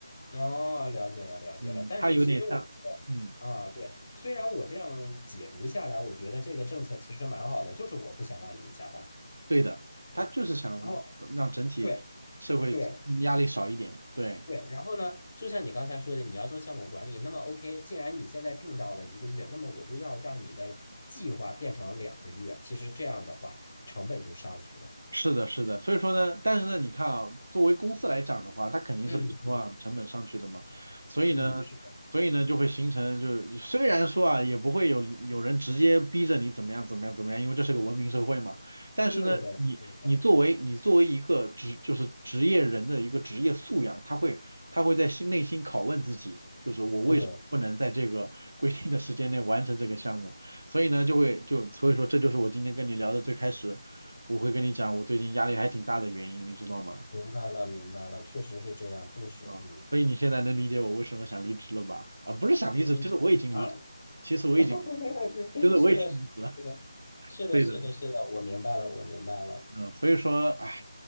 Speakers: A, on the left; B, on the right.
A: 哦，了解了，了解了。
B: 嗯，
A: 但是其实我觉得啊，
B: 它有点像，嗯。
A: 对，虽然我这样解读下来，我觉得这个政策其实蛮好的，就是我不想让你们加班。
B: 对的，他就是想让整体社会压力少一点，
A: 然后，对对
B: 对。
A: 对，然后呢，就像你刚才说的，你要做项目管理，那么 OK，既然你现在定到了一个月，那么我就要让你的计划变成两个月。其实这样的话，成本就上去了。
B: 是的，是的，所以说呢，但是呢，你看啊，作为公司来讲的话，他肯定是不希望成本上去的嘛，
A: 嗯嗯
B: 所以呢，
A: 嗯，是的，
B: 所以呢，
A: 是的。
B: 就会形成就虽然说啊，也不会有有人直接逼着你怎么样怎么样怎么样，因为这是个文明社会嘛，但是呢，
A: 是的，
B: 你你作为你作为一个职就是职业人的一个职业素养，
A: 是的，
B: 他会他会在心内心拷问自己，就是我为什么不能在这个
A: 对，
B: <laughs> 规定的时间内完成这个项目，所以呢，就会就所以说这就是我今天跟你聊的最开始。我会跟你讲，我最近压力还挺大的原因，你知道吗？
A: 明白了，明白了，确实是这样，就是嗯
B: 啊，所以你现在能理解我为什么想离职了吧？啊，不是想离职，
A: 嗯嗯啊，
B: 其实我已经离职，其实我已经，
A: <laughs>
B: 就是我已经离职了。
A: 是的，是的，是的，
B: 对的，
A: 是的，
B: 对的
A: 是的，我明白了，我明白了，
B: 嗯，所以说，唉，